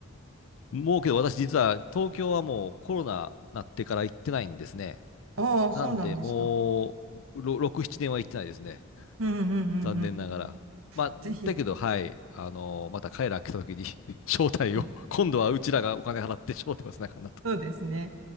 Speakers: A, on the left; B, on the right.
A: もうけど、私、実は東京はもうコロナなってから行ってないんですね。
B: ああ、
A: なんで、
B: そうなんですか。
A: もうろ6、7年は行ってないですね。
B: うんうんうんうん。
A: 残念ながら。まあ、
B: ぜひ、
A: だけど、はい、あのまた彼ら来た時に <laughs> 招待を、
B: うん、
A: 今度はうちらがお金払って招待をせなあかんなと。
B: そうですね。